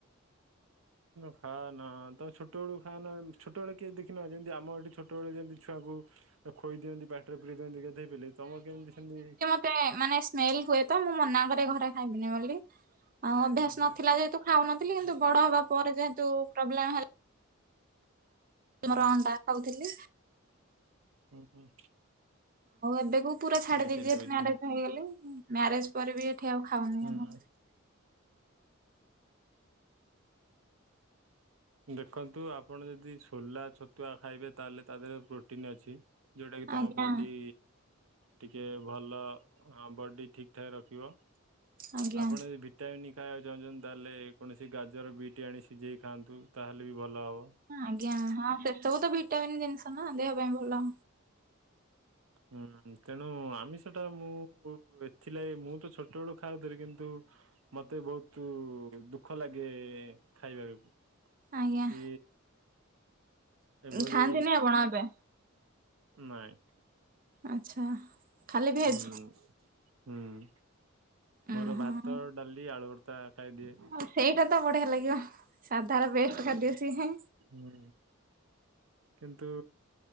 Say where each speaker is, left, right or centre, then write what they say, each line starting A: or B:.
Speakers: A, on the right; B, on the right.
A: ଖାଅନା ତମେ ଛୋଟବେଳୁ ଖାଅନା ଛୋଟବେଳ କିଏ ଦେଖିନ ଯେମିତି ଆମ ଏଠି ଛି ଟବେଳେ ଦିଅନ୍ତି ଛୁଆଁକୁ ଖୋଇ ଦିଅନ୍ତି ପାଟରେ ପୁରେଇ ଦିଅନ୍ତି ଧେଇ ପାଇଲେ ତମର କେମିତି ସେମିତି
B: ତେମାନେ ସ୍ମେଲ୍ ହୁଏ ତ ମୁଁ ମନା କରେ ଘରେ ଖାଇବିନି ବୋଲି ଆଉ ଅଭ୍ୟାସ୍
A: ହୁଁ ହୁଁ
B: ନଥିଲା ଯେହେତୁ ଖାଉନଥିଲି କିନ୍ତୁ ବଡ ହବା ପରେ ଯେହେତୁ ପ୍ରୋବ୍ଲେମ ହେ-
A: ହୁଁ
B: ତୁମର ଅଣ୍ଡା କହୁଥିଲି।
A: ହୁଁ ହୁଁ।
B: ହୋଉ ଏବେ କୁ ପୁରା ଛାଡିଦଛି
A: ବୁଝିଲି ବୁଝିଲି।
B: ମାରେଜ ହେଇଗଲି ମ୍ୟାରେଜ ପରେ ବି ଏଠି ଆଉ ଖାଉନି
A: ହୁଁ
B: ଆଉ ମୁ।
A: ଦେଖନ୍ତୁ ଆପଣ ଯୋଦି ସୋଲା ଛତୁଆ ଖାଇବେ ତାହେଲେ ତା ଦେହରେ ପ୍ରୋଟିନ୍ ଅଛି। ଯୋଉଟା କି ତମ
B: ଆଜ୍ଞା
A: ବଡି ଟିକେ ଭଲ ବଡି ଠିକ୍ ଠାକ୍ ରଖିବ
B: ଆଜ୍ଞା
A: ଆପଣ ଯି ଟାଇମ୍ ଖାଇବାକୁ ଚାହୁଁଚନ୍ତି ତାହେଲେ କୌଣସି ଗାଜର ବିଟ୍ ଆଣି ସିଝେଇ ଖାଆନ୍ତୁ ତାହେଲେ ବି ଭଲ ହେବ।।
B: ହଁ ଆଜ୍ଞା ହଁ ସେସବୁ ତ ଭିଟାମିନ୍ ଜିନ୍ଷ ନା ଦେହ ପାଇଁ ଭଲ।
A: ହୁଁ ତେଣୁ ଆମିଷଟା ମୁଁ ଏଥିଲା ମୁଁ ତ ଛୋଟ ବେଳୁ ଖାଉଥିଲି କିନ୍ତୁ ମତେ ବୋହୁତୁ ଦୁଃଖ ଲାଗେ ଖାଇବାବି।
B: ଆଜ୍ଞା
A: କି ଏଭଳି
B: ଖାଆନ୍ତିନି ଆପଣ ଏବେ
A: ନାଇଁ।
B: ଆଚ୍ଛା। ଖାଲି ଭେଜ।
A: ହୁଁ ହୁଁ ହୁଁ।
B: ଉଁ
A: ମୋର
B: ହଁ
A: ଭାତ ଡାଲି ଆଳୁଭର୍ତା ଖାଇଦିଏ।
B: ଆଉ ସେଇଟା ତ ବଢିଆ ଲାଗିବ ସାଧା ବେଷ୍ଟ୍ ଖାଦ୍ୟ ସିଏ।
A: ହୁଁ କିନ୍ତୁ